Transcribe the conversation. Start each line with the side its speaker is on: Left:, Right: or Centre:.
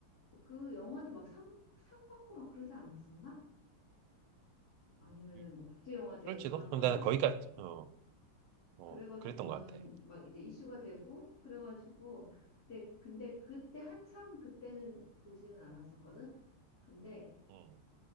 Left: 그 영화도 막 상, 상 받고 막 그러지 않았었나? 아니면은
Right: 음.
Left: 뭐 국제영화제
Right: 그럴지도?
Left: 가거나,
Right: 그럼 나는 거기까지. 어. 어,
Left: 그래가지고는
Right: 그랬던 것 같아.
Left: 막 이제 이슈가 되고, 그래가지고, 그때, 근데 그때 한참 그때는 보지는 않았었거든? 근데
Right: 음,